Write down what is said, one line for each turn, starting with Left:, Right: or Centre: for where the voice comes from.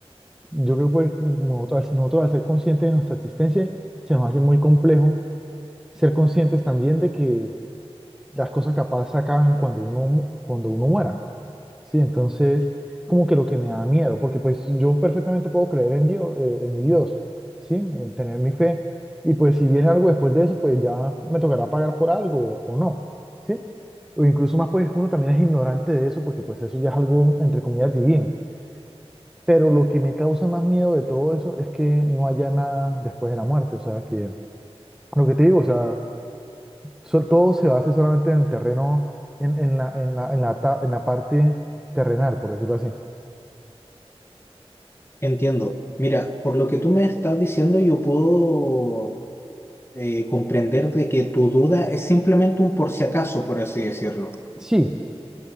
Centre: yo creo que pues, como nosotros, nosotros al ser conscientes de nuestra existencia, se nos hace muy complejo ser conscientes también de que las cosas capaz se acaben cuando uno, mu- cuando uno muera. Sí, entonces, como que lo que me da miedo, porque pues yo perfectamente puedo creer en Dios, eh, en mi Dios, ¿sí? En tener mi fe. Y pues si viene algo después de eso, pues ya me tocará pagar por algo o no, ¿sí? O incluso más, pues uno también es ignorante de eso, porque pues eso ya es algo, entre comillas, divino. Pero lo que me causa más miedo de todo eso es que no haya nada después de la muerte, o sea, que lo que te digo, o sea, sol- todo se base solamente en el terreno, en, en la, en la, en la, ta- en la parte terrenal, por decirlo así.
Left: Entiendo. Mira, por lo que tú me estás diciendo, yo puedo eh, comprender de que tu duda es simplemente un por si acaso, por así decirlo.
Centre: Sí,